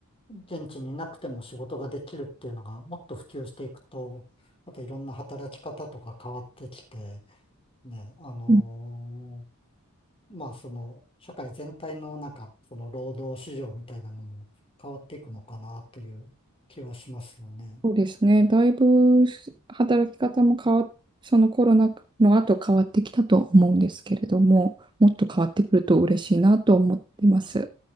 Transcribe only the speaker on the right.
うん
そうですね。だいぶ働き方も変わ、そのコロナの後変わってきたと思うんですけれども、もっと変わってくると嬉しいなと思ってます。